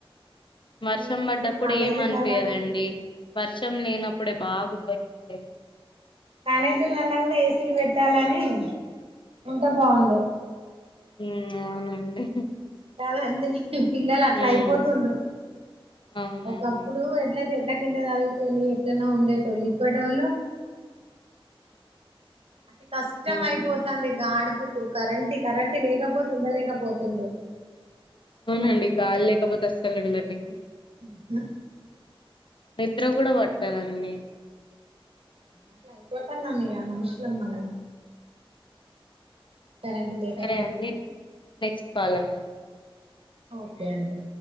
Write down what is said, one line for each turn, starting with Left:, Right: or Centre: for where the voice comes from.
Left: వర్షం
Right: మీ గురించి
Left: పడ్డప్పుడు
Right: కాలేజీలలా
Left: ఏమి అనిపియదండి వర్షం లేనప్పుడే బాగా గుబ్బరిస్త
Right: కాలేజీలల్లా కూడా ఏసీలు పెట్టాలని ఉంటే బాగుండు
Left: ఉమ్ అవునండి
Right: కద అంది పిల్లలు అట్లా
Left: ఉమ్
Right: అయిపోతుండవు
Left: అవునండి
Right: ఒకప్పుడు ఎట్ల ఎట్లా కింద చదువుకొని ఎట్లనా ఉండేటోళ్ళు ఇప్పటోలు అతి కష్టం
Left: ఉమ్
Right: అయిపోతాంది గడుపుకు కరంటి కరెంటే లేకపోతే ఉండలేకపోతుండ్రు
Left: అవునండి గాలి లేకపోతే అస్సలు ఉండలేము
Right: ఊహు
Left: నిద్ర కూడ పట్టదండి
Right: అట్ల అయిపోతన్నాం మీ ఆ మనుషులం మనం కరెంట్ లేకపోతుండ
Left: సరే అండి నెక్స్ట్ కాల్లో కలు
Right: ఓకే అండి.